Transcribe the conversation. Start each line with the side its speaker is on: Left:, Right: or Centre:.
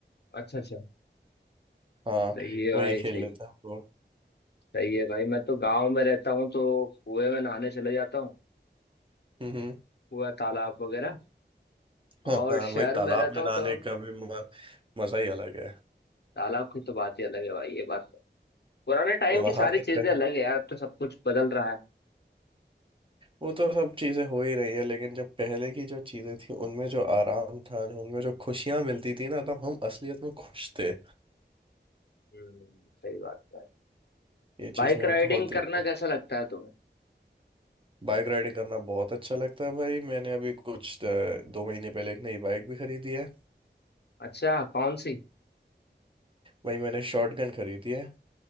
Left: अच्छा अच्छा
Right: हाँ
Left: सही है भाई
Right: वहीं खेल
Left: सही
Right: लेते
Left: है।
Right: हैं हम लोग
Left: सही है भाई मैं तो गांव में रहता हूँ तो कुएं में नहाने चले जाता हूँ
Right: हम्म हम्म
Left: कुआ तालाब वगैरह
Right: हाँ
Left: और
Right: हाँ, वही
Left: शहर
Right: तालाब
Left: में रहता
Right: में
Left: हूँ
Right: नहाने
Left: तो
Right: का भी म- मजा ही अलग है
Left: तालाब की तो बात ही अलग है भाई ये बात तो। पुराने टाइम की
Right: वहां
Left: सारी
Right: पे
Left: चीजें
Right: तो-
Left: अलग है यार अब तो सब कुछ बदल रहा है
Right: वो तो सब चीजें हो ही रही है लेकिन जब पहले की जो चीजें थी उनमें जो आराम था जो उनमें जो खुशियां मिलती थी ना तब हम असलियत में खुश थे
Left: हम्म सही बात है भाई
Right: ये चीज
Left: बाइक
Right: मैंने
Left: राइडिंग
Right: बहुत देखी
Left: करना कैसा लगता है तुम्हें
Right: बाइक राइडिंग करना बहुत अच्छा लगता है भाई मैंने अभी कुछ अ, दो महीने पहले एक नई बाइक भी खरीदी है
Left: अच्छा कौन सी
Right: भाई मैंने शॉर्ट गन खरीदी है